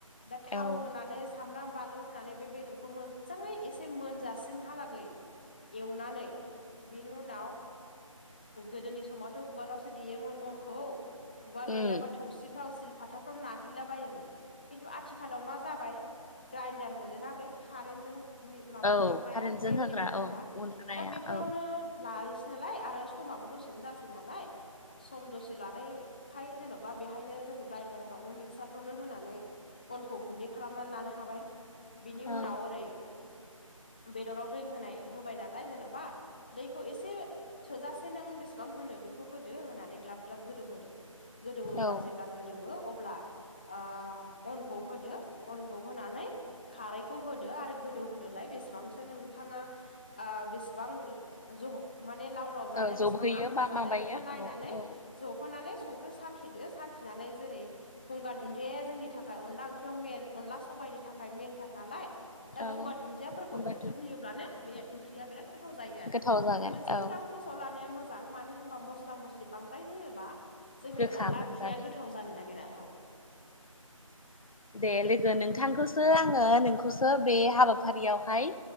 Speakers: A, on the left (about 15°); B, on the left (about 80°).
A: दा थाव
B: औ
A: होनानै सामब्राम बानलु होनानै बे बेदरखौ मोजाङै एसे मोनजासिमहालागै एवनानै बेनि उनाव गोदोनि समावथ' उवालावसो देयोमोन अनखौ उवाल
B: उम
A: गैयाबाथ' थौसिफ्राव सिलपाथाफ्राव नाग्लिला बायोमोन खिन्थु आथिखालाव मा जाबाय ग्राइन्डार मोनोना बै कारेन्टजों मि माबा
B: औ
A: खालामग्राया
B: कारेन्टजों
A: गेब्लेहोग्राया
B: होग्रा औ उनग्राया
A: दा बेफोरावनो
B: औ
A: लाहैसै नालाय आरो समाबो दसेनो जासै नालाय सम दसे लानायखाय जेन'बा बेहायनो जों ग्राइडारफ्रावनो मिक्सारफ्रावनो होनानै अनखौ गुन्दै खालामनानै लानो हाबाय बिनि
B: औ
A: उनाव ओरै बेदराव दै होनाय होबाय नालाय जेन'बा दैखौ एसे थोजासे नों बेसेबां होनो बेखौ होदो होनानै ग्लाब ग्लाब गोदौ होदो गोदौवोब्ला
B: औ
A: जेब्ला गोदौवो अब्ला ओ अनखौ होदो अनखौ होनानै खारैखौ होदो आरो गोदौ होदोलाय बेसेबांसो नोंथांङा ओ बेसेबां ज माने लाव लाव जानो
B: औ जबहोयो
A: बिसिबां आमथा
B: बा
A: जानो
B: माबायो
A: बेखौ नायनानै
B: औ औ
A: जफानानै संख्रि साखिदो साखिनानै जेरै - गंगार दुन्दियया जोंनि थाखाय अनला ओंख्रियाव मेन अनला सबायाइनि थाखाय मेनथार नालाय दा
B: औ
A: गंगार दुन्दियाफोरखौ
B: होनबा
A: होयोब्लानो बे ओंख्रिया बिराद गोथाव जायो आरो
B: गोथाव जागोन
A: मोनसे
B: औ
A: गोसोआव लानाया मोजां मानो होनबा मस्ला मस्लि बांद्राय होयोबा जोंनि
B: गोखा
A: अनला
B: मोनजागोन
A: ओंख्रिया गोथाव जानो नागिरा औ
B: दे लोगो नोंथांखौसो आङो नोंखौसो बे हाबाफारियावहाय